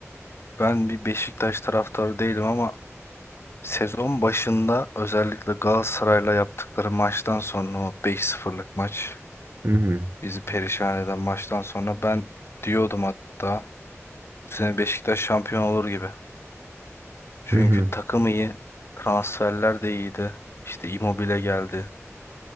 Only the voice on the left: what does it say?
ben bir Beşiktaş taraftarı değilim ama sezon başında özellikle Galatasaray'la yaptıkları maçtan sonra o beş sıfırlık maç
bizi perişan eden maçtan sonra ben diyordum hatta bu sene Beşiktaş şampiyon olur gibi. Çünkü
takım iyi, transferler de iyiydi. İşte Immobile geldi.